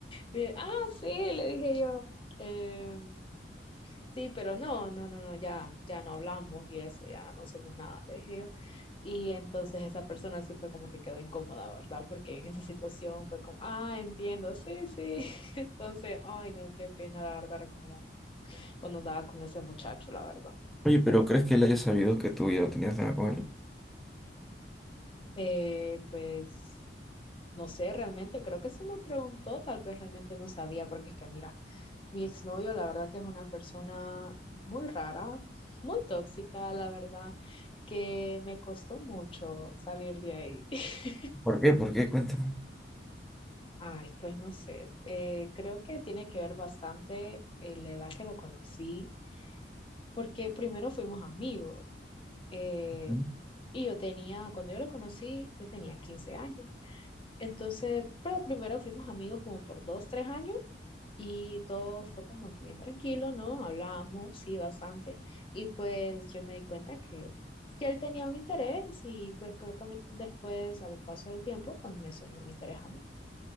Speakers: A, on the left; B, in the centre.
A: dije, ah, sí, le dije yo, "em, sí, pero no, no, no, no, ya, ya no hablamos y eso, ya no somos nada, le dije yo. Y entonces esa persona sí fue como que quedó incómoda, ¿verdad? Porque en esa situación fue como, ah, entiendo, sí, sí. <laughs> Entonces, ay, no, qué pena, la verdad, recordar cuando andaba con ese muchacho, la verdad.
B: Oye, pero ¿crees que él haya sabido que tú ya lo tenías nada con él?
A: Eh, pues. No sé, realmente creo que se me preguntó, tal vez realmente no sabía, porque es que mira, mi exnovio la verdad que es una persona muy rara, muy tóxica, la verdad, que me costó mucho salir de ahí. <laughs>
B: ¿Por qué? ¿Por qué? Cuéntame.
A: Ay, pues no sé, eh, creo que tiene que ver bastante en la edad que lo conocí, porque primero fuimos amigos. eh,
B: Ujú.
A: y yo tenía, cuando yo lo conocí, yo tenía 15 años. Entonces, pero primero fuimos amigos como por dos, tres años y todo fue como que bien tranquilo, ¿no? Hablábamos, sí, bastante. Y pues yo me di cuenta que, que él tenía un interés y pues creo que a mí después, al paso del tiempo, pues me surgió un interés a mí.